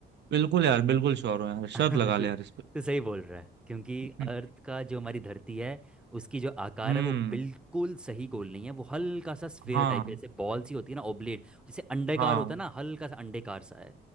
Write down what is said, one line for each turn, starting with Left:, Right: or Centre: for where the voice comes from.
Right: बिल्कुल यार बिल्कुल श्योर हो यार
Centre: <laughs>
Right: शर्त लगा ले
Centre: तू
Right: यार इस पे
Centre: तू सही बोल रहा है क्योंकि
Right: हम्म
Centre: अर्थ का जो हमारी धरती है उसकी जो आकार
Right: हम्म,
Centre: है वो बिल्कुल सही गोल नहीं है वो हल्का सा स्फेयर
Right: हाँ
Centre: टाइप है जैसे बॉल सी होती है ना ओब्लेट जैसे अंडाकार
Right: हाँ
Centre: होता है ना हल्का सा अंडेकार सा है